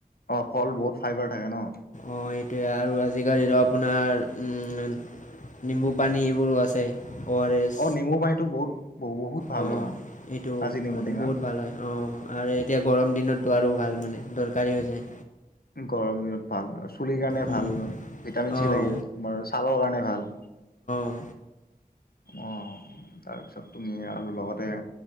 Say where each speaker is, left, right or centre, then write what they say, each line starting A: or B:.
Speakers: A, on the left; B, on the left.
A: অ ফল বহুত ফাইবাৰ থাকে ন।
B: অ সেইটোৱেই আৰু আজিকালিতো আপোনাৰ উম। নিম্বু পানী এইবোৰো আছে। আৰ এছ
A: অ নেমু পানীটো বহুত বহুত ভাল
B: অ এইটো
A: কাজি নেমু টেঙা
B: বহুত ভাল হয় অ। আৰু এতিয়া গৰম দিনতো আৰু ভাল মানে দৰকাৰী হৈ যায়।
A: গৰম দিনত ভাল না আচো পুলিৰ কাৰণে
B: উম,
A: ভাল ভিটামিন চি
B: অঁ
A: লাগে, তোমাৰ ছালৰ কাৰণে ভাল।
B: উম।
A: অঁ তাৰপিছত তুমি আৰু লগতে